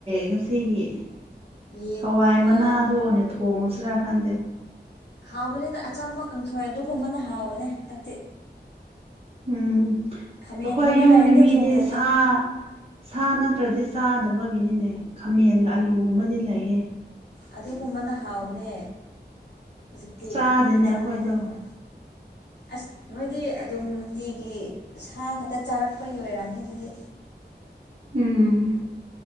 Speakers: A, on the right (about 35°); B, on the left (about 75°).
A: ꯉꯁꯤꯒꯤ
B: ꯌꯦꯟꯒꯨꯝꯕ
A: ꯍꯋꯥꯏ ꯃꯅꯥꯗꯣ ꯑꯣꯏꯅ ꯊꯣꯡꯁꯤꯔꯥ ꯈꯟꯗꯦ
B: ꯍꯥꯎꯕꯅꯦꯗ ꯑꯆꯝꯕ ꯀꯪꯁꯣꯏ ꯑꯗꯨꯒꯨꯝꯕꯅ ꯍꯥꯎꯕꯅꯦ ꯗꯛꯇꯤ
A: ꯎꯝ
B: ꯈꯥꯃꯦꯟꯒꯨꯝꯕ
A: ꯑꯈꯣꯏ ꯌꯨꯝꯒꯤ
B: ꯂꯩꯔꯗꯤ
A: ꯃꯤꯗꯤ
B: ꯊꯣꯡꯖꯤꯜꯂꯣ
A: ꯁꯥ ꯁꯥ ꯅꯠꯇ꯭ꯔꯗꯤ ꯆꯥꯗꯕꯒꯤꯅꯤꯅꯦ ꯈꯥꯃꯦꯟꯒ ꯑꯥꯂꯨꯒꯨꯝꯕꯗꯤ ꯂꯩꯌꯦ꯫
B: ꯑꯗꯨꯒꯨꯝꯕꯅ ꯍꯥꯎꯕꯅꯦ ꯍꯨꯖꯤꯛꯇꯤ
A: ꯆꯥꯗꯣꯏꯅꯦ
B: ꯑꯆꯝꯕꯒꯨꯝꯕ
A: ꯑꯩꯈꯣꯏꯗꯣ
B: ꯑꯁ ꯅꯣꯏꯗꯤ ꯑꯗꯨꯝ ꯅꯨꯡꯇꯤꯒꯤ ꯁꯥ ꯈꯛꯇ ꯆꯥꯔꯛꯄꯒꯤ ꯑꯣꯏꯔꯝꯅꯤ ꯑꯗꯨꯗꯤ꯫
A: ꯎꯝ